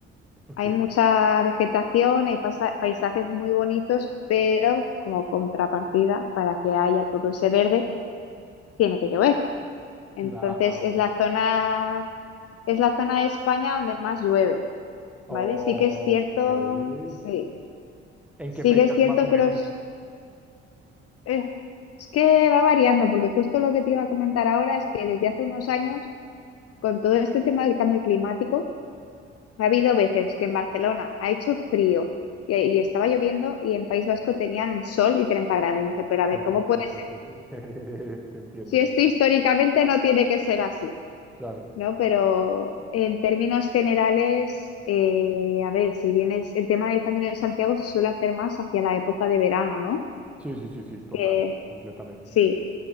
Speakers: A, in the centre; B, on the left.
A: Ok,
B: Hay mucha vegetación, hay pasa- paisajes muy bonitos, pero como contrapartida, para que haya todo ese verde, tiene que llover. Entonces,
A: la, ah,
B: es
A: ok.
B: la zona, es la zona de España donde más llueve,
A: Ok.
B: ¿vale? Sí que es cierto, sí,
A: ¿En
B: sí
A: qué fechas
B: que es cierto
A: más o menos?
B: que los, eh, es que va variando, porque justo lo que te iba a comentar ahora es que desde hace unos años, con todo este tema del cambio climático, Ha habido veces que en Barcelona ha hecho frío y, y estaba lloviendo y en País Vasco tenían un sol y 30 grados. Y dice, pero a ver,
A: <laughs>
B: ¿cómo puede ser?
A: Te entiendo,
B: Si esto históricamente no tiene que ser así,
A: claro.
B: ¿no? Pero en términos generales, eh, a ver, si bien es el tema del Camino de Santiago se suele hacer más hacia la época de verano, ¿no?
A: Sí, sí, sí, sí, total,
B: Que
A: completamente.
B: sí.